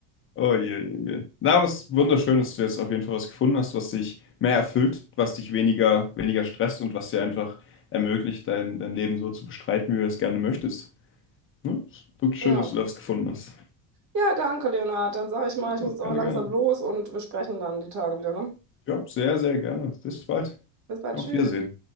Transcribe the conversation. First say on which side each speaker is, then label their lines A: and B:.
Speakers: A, on the left; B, on the right.
A: Oh je, je, je. Na, was wunderschön, dass du jetzt auf jeden Fall was gefunden hast, was dich mehr erfüllt, was dich weniger, weniger stresst und was dir einfach ermöglicht, dein, dein Leben so zu bestreiten, wie du es gerne möchtest. Ne? Ist Wirklich
B: ja.
A: schön, dass du das gefunden hast.
B: Ja, danke, Leonhard. Dann sage ich mal, ich
A: Ja,
B: muss jetzt aber
A: gerne,
B: langsam
A: gerne.
B: los und wir sprechen dann die Tage wieder, ne?
A: Ja, sehr, sehr gerne. Bis bald.
B: Bis bald,
A: Auf
B: tschüss.
A: Wiedersehen.